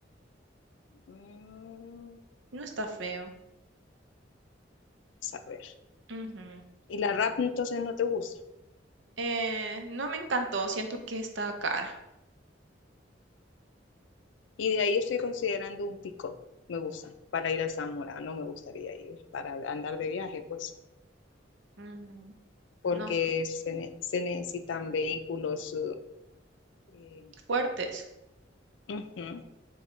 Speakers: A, on the left; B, on the right.
A: Mm,
B: No está feo.
A: a ver.
B: Ujú.
A: Y la rap entonces no te gusta.
B: Eh, no me encantó, siento que está cara.
A: Y de ahí estoy considerando un pick-up. Me gusta. Para ir al Zamora. No me gustaría ir. Para andar de viaje, pues.
B: Ujú.
A: Porque
B: No sé,
A: se, ne- se necesitan vehículos. eh,
B: fuertes,
A: Ujú.